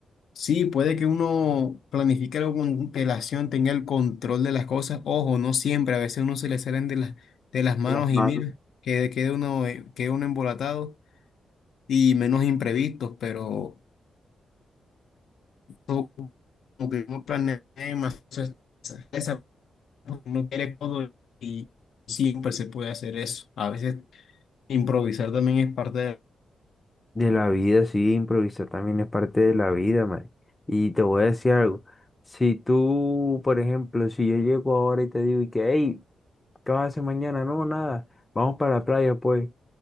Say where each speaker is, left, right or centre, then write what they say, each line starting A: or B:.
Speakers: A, on the left; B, on the left.
A: sí, puede que uno planifique algo con relación tenga el control de las cosas. Ojo, no siempre, a veces uno se le salen de las, de las manos
B: de las manos.
A: y mira, que quede uno, eh, queda uno embolatado y menos imprevistos, pero. no como que uno planea más esa porque quiere todo y siempre se puede hacer eso. A veces improvisar también es parte de...
B: De la vida, sí, improvisar también es parte de la vida, man. Y te voy a decir algo. Si tú, por ejemplo, si yo llego ahora y te digo, y que, hey, ¿qué vas a hacer mañana? No, nada, vamos para la playa, pues.